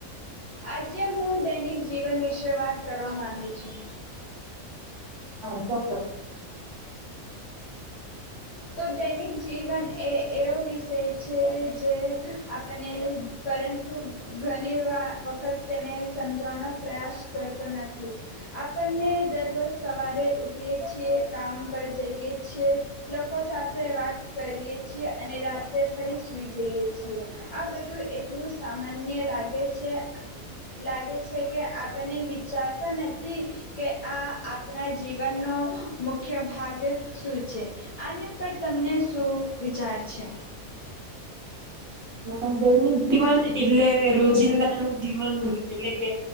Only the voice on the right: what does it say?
હા ચોક્કસ.
દૈનિક જીવન એટલું એટલે રોજિંદાનું જીવન એટલે કે